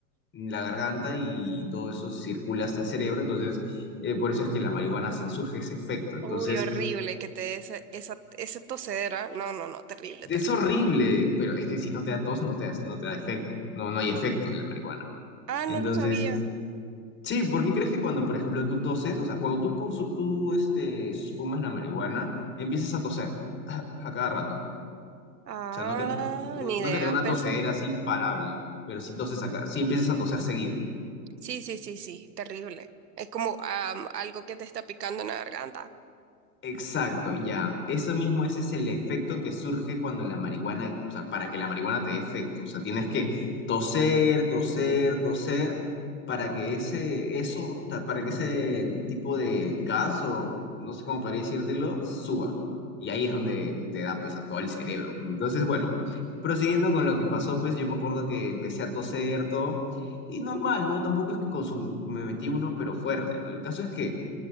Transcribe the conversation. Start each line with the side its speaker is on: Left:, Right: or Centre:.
Left: en la garganta y todo eso circula hasta el cerebro, entonces eh, por eso es que la marihuana se- surge ese efecto. Entonces,
Right: Uy, horrible que te dé ese- esa, esa tosedera, no, no, no, terrible,
Left: es
Right: terrible.
Left: horrible, pero es que si no te da tos, no te da, no te da efecto, no, no hay efecto de la marihuana.
Right: Ah,
Left: Entonces,
Right: no lo sabía.
Left: es- sí, ¿por qué crees que cuando, por ejemplo, tú toses, o sea, cuando tú, consu- tú este, fumas la marihuana, empiezas a toser <laughs> a cada rato?
Right: Ah,
Left: O sea, no que, no,
Right: ni
Left: no
Right: idea,
Left: que tenga una
Right: pensé.
Left: tosedera así imparable, pero sí toses acá, sí empiezas a toser seguido.
Right: Sí, sí, sí, sí, terrible. Es como am, algo que te está picando en la garganta.
Left: Exacto, ya. Eso mismo, ese es el efecto que surge cuando la marihuana, o sea, para que la marihuana te dé efecto. O sea, tienes que toser, toser, toser, para que ese, eso, ta- para que ese tipo de gas, o no sé cómo podría decírtelo, suba. Y ahí es donde te da pesa todo el cerebro. pues. Entonces, bueno, prosiguiendo con lo que pasó, pues yo me acuerdo que empecé a toser todo. Y normal, ¿no? Tampoco es que consum- me metí uno, pero fuerte, ¿no? El caso es que